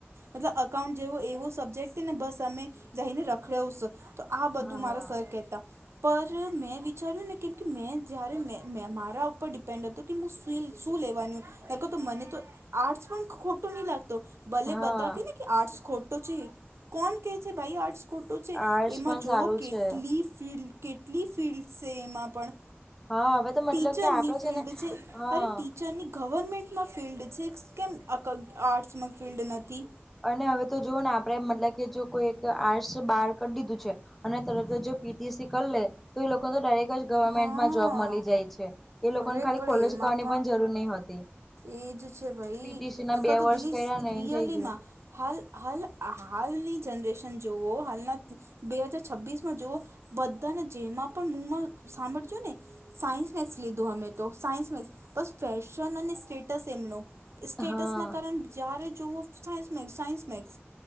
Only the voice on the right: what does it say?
મતલબ અકાઉન્ટ જેવો એવું સબ્જેક્ટને બસ અમે જઈને રખડ- આ બધું
મારા સર કહેતા પર મેં વિચાર્યું ને કેમકે મેં જ્યારે મે મે મારા ઉપર ડિપેન્ડ હતું કે હું શ શું લેવાનું હેકો તો મને તો આર્ટસ પણ, ખોટો નહી લાગતો ભલે
બધા કે ને કે આર્ટસ ખોટો છે. કોણ કે છે ભાઈ આર્ટસ ખોટ છે
જોવો
કેટલી
કેટલી ફિલ્ડ છે. એમાં પણ
ટીચરની
ફિલ્ડ
અરે ટીચરની ગવર્મેન્ટમાં ફિલ્ડ છે કેમ આ આર્ટ્સમાં ફિલ્ડ નથી
હા
અરે
પણ
એમાં
એજ છે. ભાઈ
નકતો
દીદી
રિયલીમાં
હાલ હાલ હાલની જનરેશન જોુવઓ હાલના હજાર છબ્વીીસ માં જોવા, બધાને જેમાં પણ મુમાં સાંભળજો ને સાયન્સ મેક્સ લીધું અમે તો સાયન્સ મેક્ બસ ફેશન અને, સ્ટેટસ એમનો સ્ટેટસ
ના કર જ્યારે જવો સાયન્સ મેક્સ...